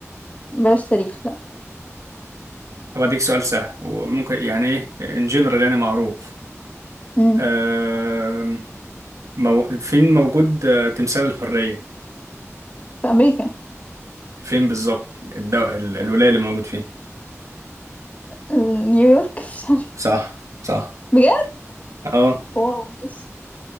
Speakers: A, on the left; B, on the right.
A: بلاش تاريخ لا
B: طب أديك سؤال سهل وممكن يعني إيه إن جنرال يعني معروف
A: امم
B: آه مو فين موجود آه، تمثال الحرية
A: في امريكا
B: فين بالظبط الدو... ال- الولاية اللي موجود فين
A: ال- نيويورك <laughs> مش عارفة
B: صح صح
A: بجد
B: أهو.
A: واو ماشي